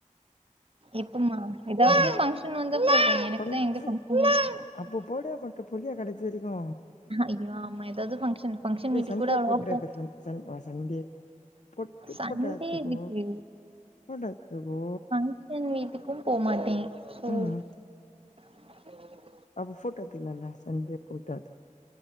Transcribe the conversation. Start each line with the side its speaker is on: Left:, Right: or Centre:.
Right: எப்பமா எதாவது
Left: ம்.
Right: ஃபங்க்ஷன் வந்தா போடுறே எனக்குதா
Left: ஃபங்க்ஷ
Right: எங்க <unintelligible>
Left: அப்போ போட மட்டு புளிய கெடைச்சிருக்கு
Right: ஐயோ ஆமா ஏதாவது ஃபங்க்ஷன் ஃபங்க்ஷன்
Left: இல்ல
Right: வீட்டுக்கு
Left: சந்தியா
Right: கூட அவ்ளவா
Left: போட்டுருக்றத
Right: போ
Left: சந் சந் சந்தே பொட்டு
Right: சண்டே
Left: ஃபோட்டத்துக்கு
Right: இதுக்கு
Left: ஃபோட்டெத்து போ
Right: ஃபங்க்ஷன் வீட்டுக்கும் போமாட்டே சோ
Left: உம்
Right: <unintelligible>
Left: அப்ப ஃபோட்டோத்திங்கலன சஞ்சே கூட்ட